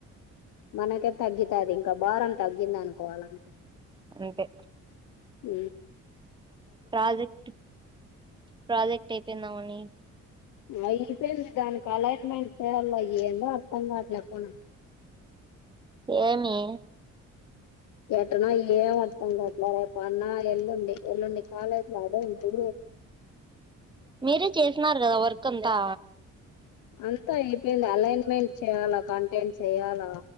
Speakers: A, on the left; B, on the right.
A: మనకి తగ్గి అది ఇంకా భారం తగ్గింది అనుకోవాలంటే
B: అంతే
A: ఉ
B: ప్రాజెక్ట్ ప్రాజెక్ట్ అయిపోయిందాముని
A: అయిపోయింది దానికి అలైన్మెంట్ చేయాలి ఏం అదే అర్థం కావట్లే పోనీ కి
B: ఏమి
A: ఎటనో ఏం అర్థం కావట్లే రేపు అన్న ఎల్లుండి, ఎల్లుండి కాలేజ్ లో ఆడేది
B: మీరే చేసిన కదా వర్క్ అంతా
A: అంతా అయిపోయింది అలైన్మెంట్ చెయ్యాలా కంటైంట్ చెయ్యాలా.